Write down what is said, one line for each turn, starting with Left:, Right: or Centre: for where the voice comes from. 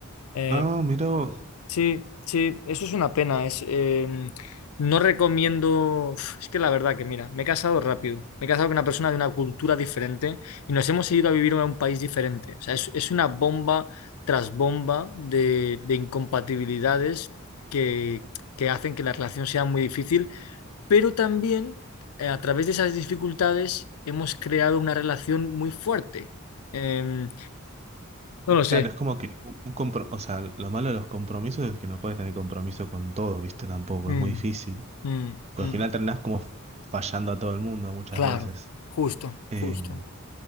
Left: Eh,
Right: No, mira vos.
Left: sí, sí, eso es una pena. Es, eh, no recomiendo, Uf, es que la verdad que mira, me he casado rápido, me he casado con una persona de una cultura diferente y nos hemos ido a vivir a un país diferente. O sea, es, es una bomba tras bomba de, de incompatibilidades que, que hacen que la relación sea muy difícil pero también eh, a través de esas dificultades hemos creado una relación muy fuerte. Em, no lo
Right: Claro,
Left: sé.
Right: es como que un, un compro- o sea, lo malo de los compromisos es que no puedes tener compromiso con todo, ¿viste? Tampoco,
Left: Mm,
Right: es muy difícil.
Left: mm,
Right: Porque
Left: mm.
Right: al final terminás como fallando a todo el mundo muchas
Left: Claro,
Right: veces.
Left: justo,
Right: Eh,
Left: justo.